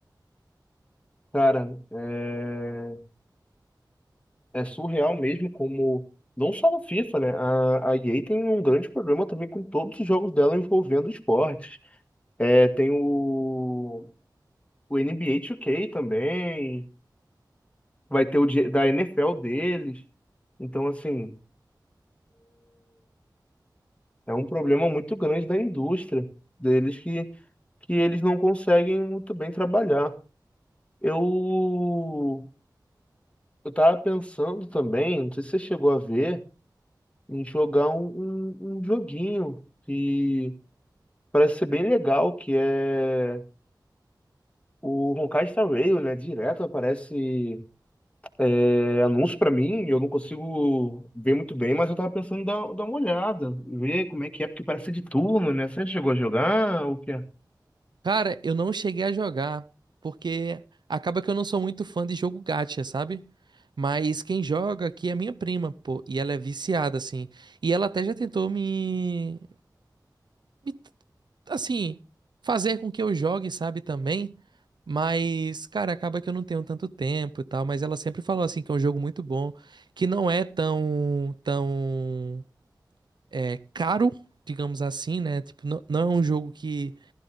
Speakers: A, on the left; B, on the right.
A: cara, é, é surreal mesmo como. Não só no FIFA, né? A, a EA tem um grande problema também com todos os jogos dela envolvendo esportes. É, tem o o NBA 2K também, vai ter o de- da NFL deles. Então, assim, é um problema muito grande da indústria deles que, que eles não conseguem muito bem trabalhar. Eu, eu tava pensando também, não sei se você chegou a ver, em jogar um, um, um joguinho que parece ser bem legal, que é o Honkai Star Rail, né? Direto aparece É, anúncio pra mim, eu não consigo ver muito bem, mas eu tava pensando em dar, dar uma olhada, ver como é que é, porque parece ser de turno, né? Você chegou a jogar? O que é?
B: Cara, eu não cheguei a jogar porque acaba que eu não sou muito fã de jogo gacha, sabe? Mas quem joga aqui é minha prima, pô, e ela é viciada, assim. E ela até já tentou me me- assim, fazer com que eu jogue, sabe, também. Mas, cara, acaba que eu não tenho tanto tempo e tal, mas ela sempre falou assim que é um jogo muito bom, que não é tão, tão é, caro, digamos assim, né? Tipo, não, não é um jogo que